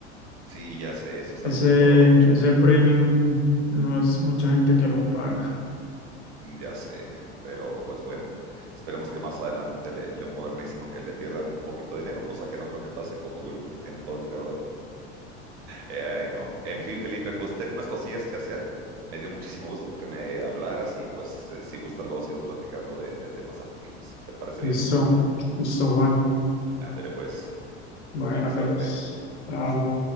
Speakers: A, on the right; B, on the left.
A: sí, ya sé, eso es
B: Ese,
A: algo que estorba mucho.
B: ese premium no es mucha gente que lo paga.
A: Mm, Ya sé, pero pues bueno, esperemos que más adelante le, le modernicen, aunque le pierdan un poquito de dinero, cosa que no creo que pase con Google porque tienen todo el dinero del Eh, Ay, no. En fin, Felipe, pues tengo unas cosillas que hacer. Me dio muchísimo gusto que me hablaras y pues eh, si gustas luego seguimos platicando de, de temas afines. ¿Te parece
B: Eso,
A: bien?
B: eso, Juan.
A: Ándale pues,
B: Bueno,
A: suerte.
B: pues, chao.